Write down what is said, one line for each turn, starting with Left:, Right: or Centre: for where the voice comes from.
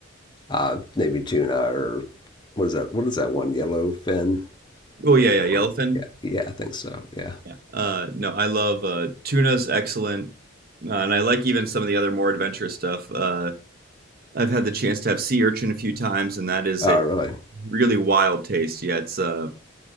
Left: uh, maybe tuna or what is that? What is that one? Yellow fin?
Right: Oh yeah, yeah,
Left: Or
Right: yellowfin.
Left: Yeah, yeah, I think so. Yeah.
Right: Yeah. Uh, no, I love uh, tuna's excellent, uh, and I like even some of the other more adventurous stuff. Uh, I've had the chance to have sea urchin a few times, and that is
Left: Oh,
Right: a
Left: really?
Right: really wild taste. Yeah, it's uh,